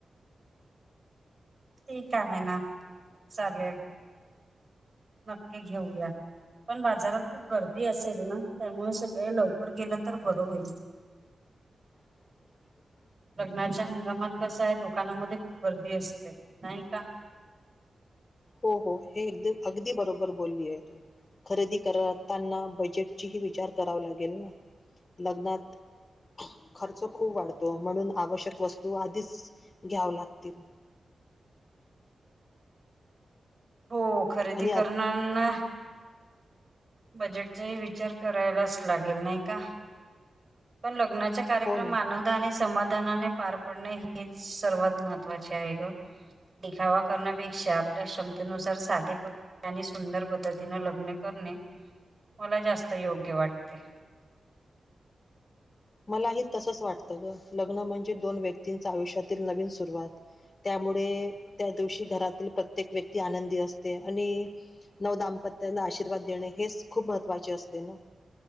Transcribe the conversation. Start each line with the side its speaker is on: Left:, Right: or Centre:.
Right: ठीक आहे ना चालेल. नक्की घेऊया. पण बाजारात खूप गर्दी असेल ना. त्यामुळे सकाळी लवकर गेल तर बर होईल.
Left: <inaudible>
Right: लग्नाच्या हंगामात कस आहे दुकानांमध्ये खूप गर्दी असते नाही का.
Left: हो हो हे एक अगदी बरोबर बोलली आहे तू. खरेदी करताना बजेटचीही विचार करावा लागेल ना. लग्नात खर्च खूप वाढतो. म्हणून आवश्यक वस्तू आधीच घ्याव लागतील.
Right: हो खरेदी
Left: आणि अन-
Right: करणाऱ्यांना बजेटचा ही विचार करायलाच लागेल का. पण लग्नाचे कार्यक्रम
Left: हो ना
Right: आनंद आनंदाने समाधानाने पार पडणे हेच सर्वात महत्त्वाचे आहे ग. दिखावा करण्यापेक्षा आपल्या क्षम तेनुसार साधे पणाने आणि सुंदर पद्धतीने लग्न करणे मला जास्त योग्य वाटते.
Left: मलाही तसच वाटत ग. लग्न म्हणजे दोन व्यक्तींच आयुष्यातील नवीन सुरुवात. त्यामुळे त्या दिवशी घरातील प्रत्येक व्यक्ती आनंदी असते. आणि नव दामपत्याला आशीर्वाद देणे. हेच खूप महत्त्वाचे असते ना.